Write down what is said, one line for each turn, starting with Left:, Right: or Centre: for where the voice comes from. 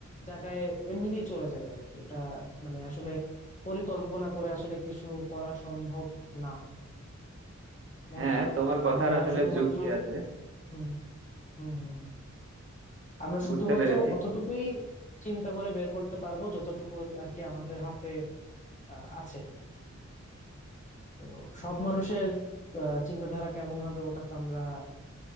Left: জায়গায় এমনিতেই চলে যাবে আর কি এটা মানে আসলে পরিকল্পনা করে আসলে কিছু করা সম্ভব না মনে
Right: হ্যাঁ
Left: হয়
Right: তোমার
Left: যে
Right: কথার
Left: আমরা
Right: আসলে
Left: শুধুমাত্র
Right: যুক্তি আছে
Left: হুম হুম হুম আমরা
Right: বুঝতে
Left: শুধুমাত্র
Right: পেরেছি
Left: অতটুকুই চিন্তা করে বের করতে পারবো যতটুকু আর কি আমাদের হাতে আহ, আছে তো সব মানুষের আহ, চিন্তাধারা কেমন হবে ওটা তো আমরা